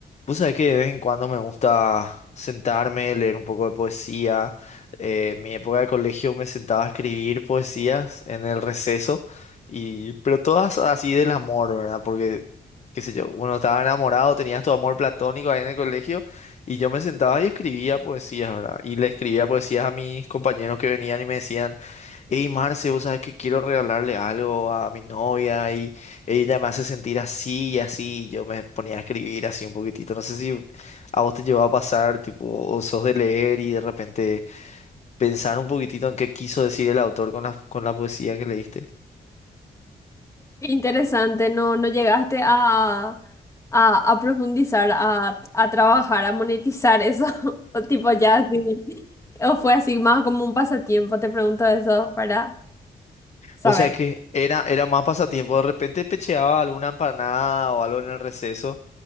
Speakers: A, on the left (about 40°); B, on the left (about 15°).
A: Vos sabés que de vez en cuando me gusta sentarme, leer un poco de poesía. Eh, en mi época de colegio me sentaba a escribir poesías en el receso, y, pero todas así del amor, ¿verdad? Porque, qué sé yo, uno estaba enamorado, tenías tu amor platónico ahí en el colegio, y yo me sentaba y escribía poesías, ¿verdad? Y le escribía poesías a mis compañeros que venían y me decían... Hey Marce, vos sabés que quiero regalarle algo a mi novia y ella me hace sentir así y así. Yo me ponía a escribir así un poquitito. No sé si a vos te llevó a pasar, tipo, o sos de leer y de repente pensar un poquitito en qué quiso decir el autor con la, con la poesía que leíste.
B: Interesante, no, no llegaste a, a, a profundizar, a, a trabajar, a monetizar eso, <laughs> o tipo ya así, o fue así más como un pasatiempo, te pregunto eso para saber.
A: Vos sabés que era, era más pasatiempo. De repente pecheaba alguna empanada o algo en el receso.